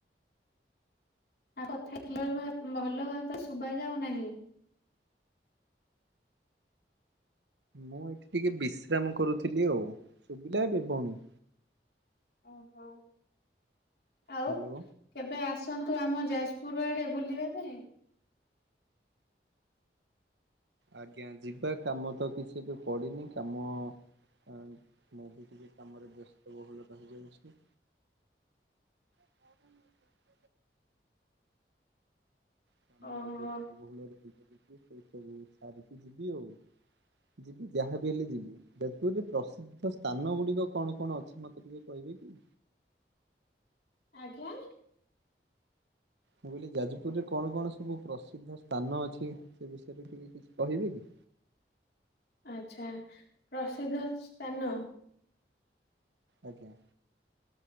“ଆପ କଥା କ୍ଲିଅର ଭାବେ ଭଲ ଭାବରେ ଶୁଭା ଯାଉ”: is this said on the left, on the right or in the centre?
Left